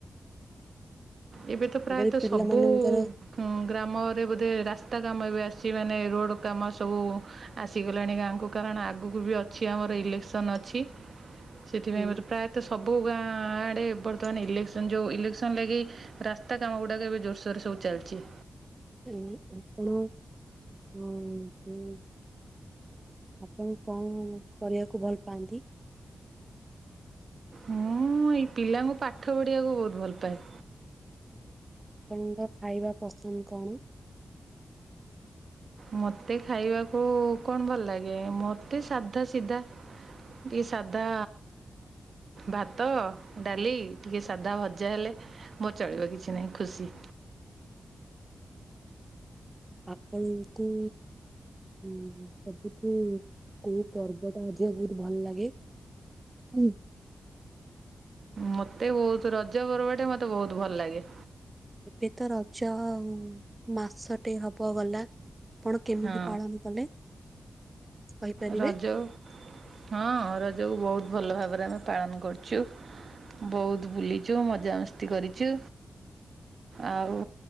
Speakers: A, on the right; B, on the right.
A: ଏବେ ତ ପ୍ରାୟତଃ
B: ତାପରେ ପିଲାମାନଙ୍କର
A: ସବୁ ହୁଁ ଗ୍ରାମରେ ବୋଧେ ରାସ୍ତା କାମ ଏବେ ଆସିଛି ମାନେ ରୋଡ଼ କାମ ସବୁ ଆସିଗଲାଣି ଗାଁକୁ କାରଣ ଆଗକୁ ବି ଅଛି ଆମର ଇଲେକ୍ସନ ଅଛି। ସେଥିପାଇଁ
B: ଉଁ
A: ଏବେ ପ୍ରାୟତଃ ସବୁ ଗାଁଆ ଆଡ଼େ ବର୍ତ୍ତମାନ ଇଲେକ୍ସନ ଯଉ ଇଲେକ୍ସନ ଲାଗି ରାସ୍ତା କାମ ଗୁଡ଼ାକ ଏବେ ଜୋରସୋରରେ ସବୁ ଚାଲିଛି।
B: ଉହୁଁ ଆପଣ ହଁ ହୁଁ ଆପଣ କଣ କରିବାକୁ ଭଲ ପାଆନ୍ତି?
A: ମୁଁ ଏଇ ପିଲାଙ୍କୁ ପାଠ ପଢ଼ିବାକୁ ବହୁତ ଭଲ ପାଏ?
B: ଆପଣଙ୍କ ଖାଇବା ପସନ୍ଦ କଣ?
A: ମତେ ଖାଇବାକୁ କଣ ଭଲ ଲାଗେ ମତେ ସାଧା ସିଧା ଟିକେ ସାଧା ଭାତ ଡାଲି ଟିକିଏ ସାଧା ଭଜା ହେଲେ ମୋର ଚଳିବ କିଛି ନାହିଁ ଖୁସି।
B: ଆପଣଙ୍କୁ ହୁଁ ହୁଁ ସବୁଠୁ କୋଉ ପର୍ବଟା ଅଧିକା ବହୁତ ଭଲ୍ ଲାଗେ? ହୁଁ।
A: ମତେ ବହୁତ ରଜ ପର୍ବଟା ମତେ ବହୁତ ଭଲ ଲାଗେ।
B: ଏବେ ତ ରଜ ଆଉ ମାସଟେ ହବ ଗଲା। ଆପଣ କେମିତି
A: ହଁ
B: ପାଳନ କଲେ? କହିପାରିବେ?
A: ରଜ ହଁ ରଜକୁ ବହୁତ ଭଲ ଭାବରେ ଆମେ ପାଳନ କରୁଚୁ। ବହୁତ ବୁଲିଚୁ ମଜାମସ୍ତି କରିଚୁ, ଆଉ